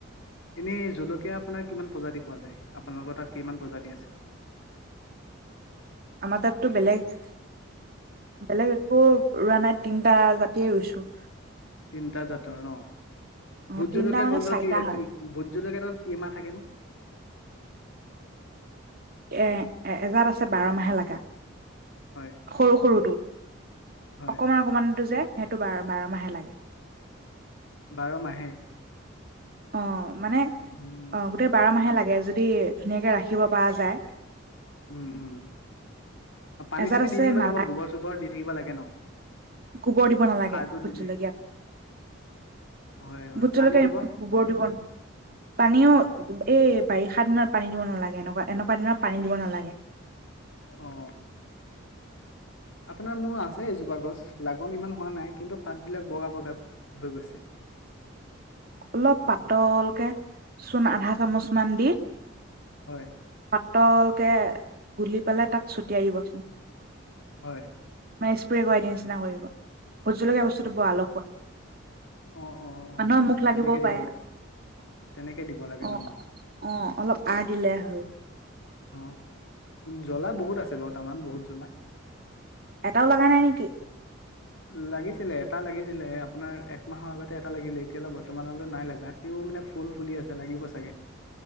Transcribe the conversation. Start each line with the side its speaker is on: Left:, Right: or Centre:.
Left: এনে জলকীয়া আপোনাৰ কিমান প্ৰজাতি পোৱা যায়, আপোনাৰ লোকৰ তাত কিমান প্ৰজাতি আছে?
Right: আমাৰ তাতটো বেলেগ, বেলেগ একো ৰোৱা নাই তিনিটা জাতিয়ে ৰুইছো।
Left: তিনিটা জাতৰ ন
Right: অ
Left: ভোত
Right: তিনটা
Left: জলকীয়া
Right: মানে
Left: গছৰ
Right: চাৰিটা
Left: কি
Right: হয়
Left: কি ভোত জলকীয়াত কি মাহ থাকে নু?
Right: এ, এ এজাত আছে বাৰ মাহে লগা।
Left: হয়
Right: সৰু সৰুটো।
Left: হয়
Right: অকনমান অকনমান টো যে। সেইটো বাৰ, বাৰ মাহে লাগে।
Left: বাৰ মাহে?
Right: অ' মানে
Left: উম
Right: অ' গোটেই বাৰ মাহে লাগে। এয়া যদি ধুনীয়াকে ৰাখিব পৰা যায়।
Left: উম, উম পানী
Right: এজাত
Left: চানী
Right: আছে
Left: দি থাকিব
Right: নালাগে
Left: লাগিব গোবৰ চোবৰ দি থাকিব লাগে ন?
Right: গোবৰ দিব নালাগে
Left: সাৰটো
Right: ভোট
Left: দি দি
Right: জলকীয়াত
Left: হয় হয়
Right: ভোট জলকীয়া
Left: পানী দিব
Right: ইমান গোবৰ দিব ন পানীও এই বাৰিষ সাত দিনত পানী দিব নালাগে এনেকুৱা, এনেকুৱা দিত পানী দিব নালাগে।
Left: অ' আপোনাৰ মোৰ আছে এজোপা গছ লাগন ইমান হোৱা নাই কিন্তু পাতবিলাক বগা, বগা হৈ গৈছে।
Right: অলপ পাতলকে চূণ আধা চামুচ মান দি
Left: হয়
Right: পাটলকে গুলি পালে তাত ছটিয়াই দিবচোন।
Left: হয়।
Right: মাই স্প্রে কৰাই দিয়া নিচিনা কৰিব ভোটজলকীয়া বস্তুটো
Left: অ
Right: বৰ আলখুৱা।
Left: অ' অ', অ',
Right: মানুহৰ মুখ লাগিবও
Left: তেনেকে দিব
Right: পাৰে
Left: তেনেকে দিব লাগে
Right: অহ,
Left: ন
Right: অহ অলপ আ দিলে হল।
Left: অ', জ্বলা বহুত আছে বৰ্তামান বহুত জ্বলা।
Right: এটাও লগা নাই নেকি?
Left: লাগিছিলে এটা লাগিছিলে আপোনাৰ একমাহৰ আগতে এটা লাগিলে এতিয়া অলপ বৰ্তমানলৈ নাই লগা ও মানে ফুল, ফুলি আছে লাগিব চাগে।